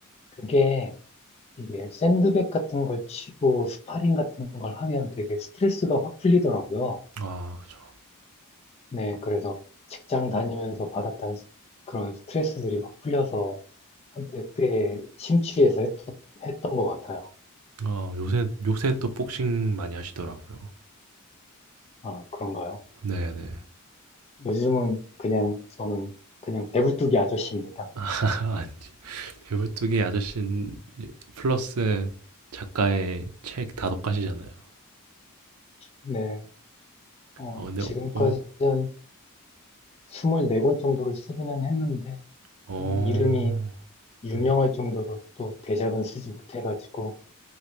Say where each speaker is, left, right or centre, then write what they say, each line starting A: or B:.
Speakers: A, on the left; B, on the right.
A: 그게 이게 샌드백 같은 걸 치고 스파링 같은 걸 하면 되게 스트레스가 확 풀리더라고요.
B: 아 그죠.
A: 네, 그래서 직장 다니면서 받았던 스- 그런 스트레스들이 확 풀려서 한때 꽤 심취해서 했, 했던 것 같아요.
B: 아 요새 요새 또 복싱 많이 하시더라고요.
A: 아, 그런가요?
B: 네, 네.
A: 요즘은 그냥 저는 그냥 배불뚝이 아저씨입니다.
B: <laughs> 아 아니지. 배불뚝이 아저씨 플러스 작가의 책 다독가시잖아요
A: 네. 어,
B: 아 근데
A: 지금까지
B: 어, 어,
A: 한 24권 정도를 쓰기는 했는데
B: 어
A: 음, 이름이 유명할
B: 네.
A: 정도로 또 대작은 쓰지 못해가지고